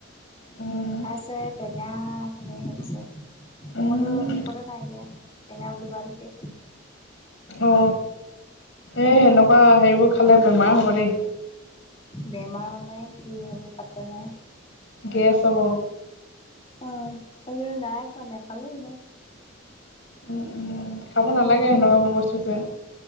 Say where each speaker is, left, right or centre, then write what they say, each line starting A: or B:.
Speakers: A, on the left (about 65°); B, on the left (about 30°).
A: উম
B: খাইছে টেঙাখিনিয়ে হৈ হৈছে
A: উম
B: মইতো মুখতে নাই দিয়া। টেঙা বুলি কোৱা দেখি।
A: অ
B: এনেই
A: এ এনেকুৱা
B: গ'ল
A: হেৰিবোৰ খালে বেমাৰ হ'ব দেই।
B: বেমাৰ মানে কি হ'ব পাত্ৰা নাই।
A: গেছ হ'ব।
B: অ এই নাই খোৱা নেখালোৱে ম‌ই।
A: উম, উম খাব নালাগে হেনেকুৱাবোৰ বস্তু যে।